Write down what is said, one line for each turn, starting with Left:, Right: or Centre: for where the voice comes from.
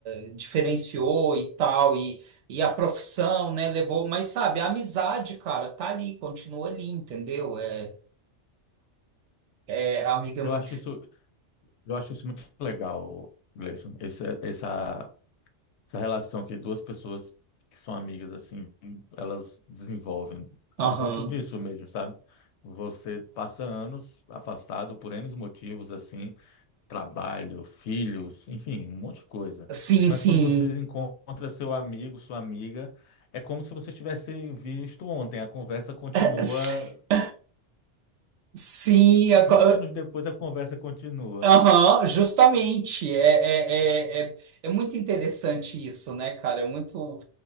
Right: eh, diferenciou e tal, e, e a profissão, né, levou, mas sabe, a amizade, cara, tá ali, continua ali, entendeu? É, é a amiga.
Left: Eu
Right: ma-
Left: acho isso, eu acho isso muito legal, Gleison, essa, essa essa relação que duas pessoas que são amigas assim, elas desenvolvem a
Right: Aham.
Left: ponto disso mesmo, sabe? Você passa anos afastado por N motivos assim, trabalho, filhos, enfim, um monte de coisa.
Right: Sim,
Left: Mas
Right: sim.
Left: quando você encontra seu amigo, sua amiga, é como se vocês tivessem visto ontem. A conversa continua,
Right: <laughs> Sim, é
Left: 20
Right: co-
Left: anos depois a conversa continua.
Right: Aham, justamente. É, é, é, é, é muito interessante isso, né, cara? É muito.